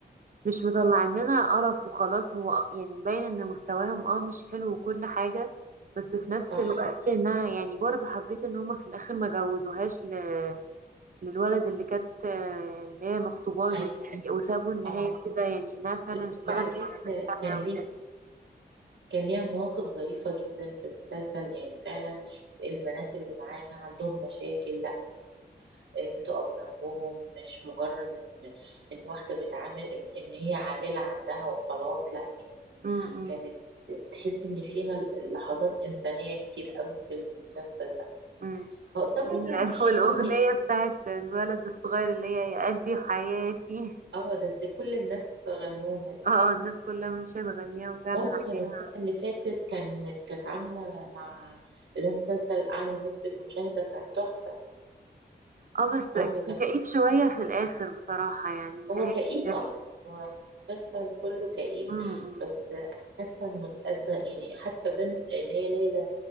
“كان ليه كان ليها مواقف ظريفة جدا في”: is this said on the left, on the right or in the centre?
Right